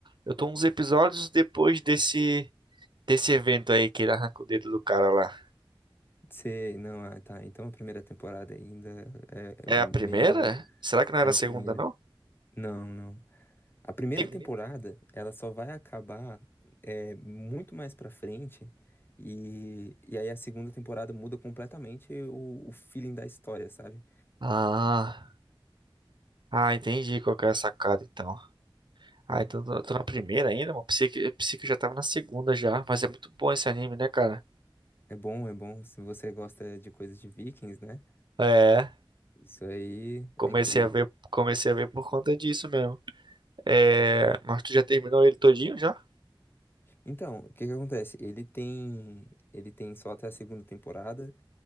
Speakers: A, on the right; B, on the left.
A: eu tô uns episódios depois desse, desse evento aí que ele arranca o dedo do cara lá.
B: Sei, não, ah, tá. Então a primeira temporada ainda é, é
A: É
B: meio.
A: a primeira? Será que não era
B: É
A: a
B: a
A: segunda,
B: primeira.
A: não?
B: Não, não. A primeira
A: Tem primeira?
B: temporada, ela só vai acabar é, muito mais pra frente. E, e aí a segunda temporada muda completamente o, o feeling da história, sabe?
A: Ah, ah, entendi qual que é a sacada então. Ah, então tô, tô na primeira ainda, mano. Pensei que, pensei que eu já tava na segunda já. Mas é muito bom esse anime, né, cara?
B: É bom, é bom. Se você gosta de coisas de Vikings, né?
A: É,
B: Isso aí
A: comecei
B: é incrível.
A: a ver, comecei a ver por conta disso mesmo. É, mas tu já terminou ele todinho já?
B: Então, o que que acontece? Ele tem, ele tem só até a segunda temporada.